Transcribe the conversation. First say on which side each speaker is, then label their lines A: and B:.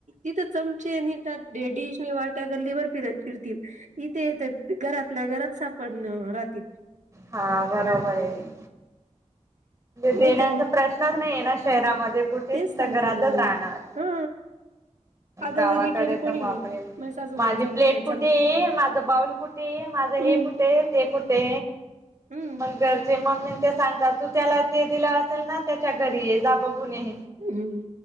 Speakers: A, on the right (about 80°); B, on the right (about 25°).
A: इथ चमचेे नीट. वाट्या गल्लीवर फिरत फिरतील इथे घरातल्या घात. क पण राहातत.
B: हा बरोबर आहेण देण्याचा
A: नाही तर मग
B: प्रश्नच नाही आहे ना श. शहरामध्ये कठती
A: तेच
B: सु
A: सांगते
B: घरातच
A: ना मी
B: राहणार.
A: हा आता
B: गावाकडे
A: जर लिटरली कोणी
B: तर वापरेल
A: माझ्या सासूबाईन
B: माझी
A: सांगितलं
B: प्लेट कुठे
A: चमच
B: आहे माझ बाऊल कुठे आहे. माझं
A: हम्म
B: हे कुठे ते कुठे..
A: हम्म
B: मग घरचे मम्मी ते सांगतात तू त्याला ते दिलं असेल ना त्याच्या घरी ये जा.... गुणी
A: हम्म